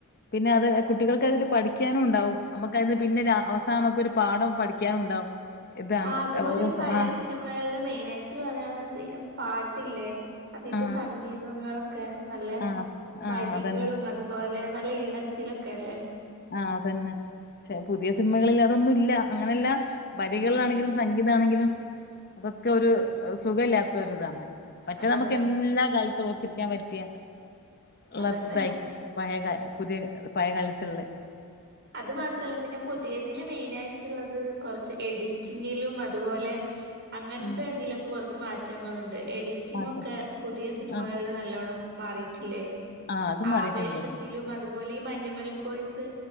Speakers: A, on the left; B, on the right.
A: പിന്നെ അത് കുട്ടികള് ക്കതില് പഠിക്കാനു ണ്ടാവും നമുക്കത് പിന്നെ ലാ അവസാനമുക്കൊരു പാഠം പഠിക്കാനും ഉണ്ടാവും ഇത് അങ്ങ
B: ആഹ് അതുപോലെ
A: ഓരോ
B: ഈ പഴയ
A: ആ
B: സിനിമകള്ള് മെയിനായിറ്റ് പറയാൻള്ളത് സീ പാട്ട് ട്ടില്ലേ അതീത്ത
A: ആ
B: സംഗീതങ്ങളൊ ക്കെ നല്ല
A: ആഹ് ആഹ്
B: വരികളും
A: അതന്നെ
B: അതുപോലെ നല്ല ഈണത്തിലൊക്കേൽ
A: ആ അതെന്നെ ക്ഷെ പുതിയ സിനിമകളിലത് തൊന്നുല്ല അങ്ങനെല്ലാ വരികളാണെങ്കിലും
B: ആ ശരിയാ
A: സംഗീതാണെങ്കിലും അതൊക്കെ ഒരു സുഖ ഇല്ല്യാത്ത ഒരിതാ മറ്റ് മറ്റേ
B: അതന്നെ
A: നമുക്ക് എല്ലാ കാലത്തോർ ത്തിരിക്കാൻ പറ്റിയ ല്ല
B: അതന്നെ
A: <inaudible> പഴേ ഗാനം പുതിയ ഗാനം പയേ കാലത്ത്ള്ളേ
B: അത് മാത്രല്ല പിന്നെ പുതിയത് തില് മെയിനായിറ്റ്ള്ളത് കൊറച്ച് എഡിറ്റിങ്ങിലും അതുപോലെ അങ്ങൻത്തെതിലൊക്കെ
A: ഉം
B: കൊറച്ച് മാറ്റ് റ്റങ്ങള്ണ്ട് എഡിറ്റിങ്ങൊക്കെ
A: അതെ
B: പുതിയ സിനിമകളില്
A: ആഹ്
B: നല്ലോണ്ണം മാറീറ്റില്ലേ
A: ആഹ് അത് മാറിയിട്ടുണ്ട്
B: ആവേശത്തിലുമത് അതുപോലെ ഈ മഞ്ഞുമ്മൽ ബോയ്സ്